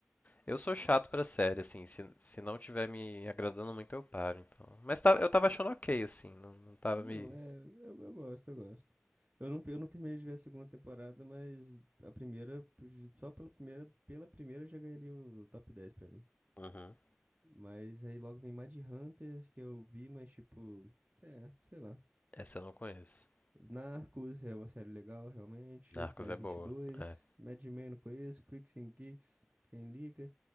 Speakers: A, on the left; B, on the right.
A: eu sou chato pra série, assim. Se, se não tiver me agradando muito, eu paro, então. Mas tá- eu tava achando ok, assim. Não, não tava
B: Não,
A: me.
B: é. Eu, eu gosto, eu gosto. Eu não, eu não terminei de ver a segunda temporada, mas a primeira, só pela primeira, pela primeira já ganharia o top 10 pra mim.
A: Uhum.
B: Mas aí logo vem Hunter que eu vi, mas tipo, é, sei lá.
A: Essa eu não conheço.
B: Narcos é uma série legal, realmente.
A: Narcos
B: Mais
A: é boa.
B: vinte e dois.
A: É.
B: Mad Men não conheço. Freaks and Geeks, quem liga?